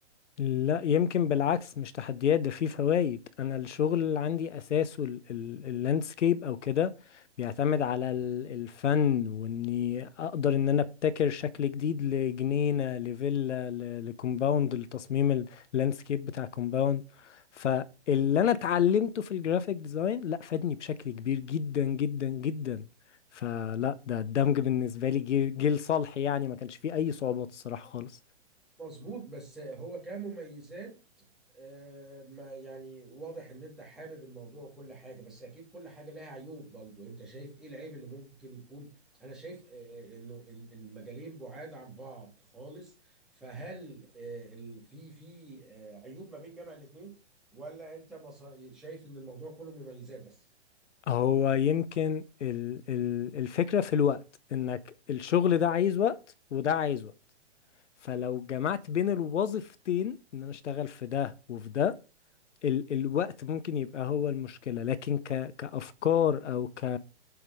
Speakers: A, on the left; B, in the centre.
A: لا يمكن بالعكس مش تحديات ده فيه فوائد انا الشغل اللي عندي اساسه اللاندسكيب او كده بيعتمد على ال- الفن واني اقدر ان انا ابتكر شكل جديد لجنينة لفيلا ل- لكومباوند لتصميم اللاندسكيب بتاع كومباوند فاللي انا اتعلمته في الجرافيك ديزاين لا فادني بشكل كبير جدا جدا جدا فلا ده الدمج بالنسبة لي جيل جيل صالح يعني ما كانش فيه اي صعوبات الصراحة خالص
B: مظبوط بس هو كمميزات آه، ما يعني واضح ان انت حابب الموضوع وكل حاجة بس اكيد كل حاجة لها عيوب برضو انت شايف ايه العيب اللي ممكن يكون انا شايف آه، آه، انه ال- المجالين بعاد عن بعض خالص فهل آه، ال- في في آه، عيوب ما بين جامع الاثنين ولا انت مص- شايف ان الموضوع كله مميزات بس
A: هو يمكن ال ال الفكرة في الوقت انك الشغل ده عايز وقت وده عايز وقت فلو جمعت بين الوظيفتين ان انا اشتغل في ده وفي ده ال الوقت ممكن يبقى هو المشكلة لكن ك كأفكار او ك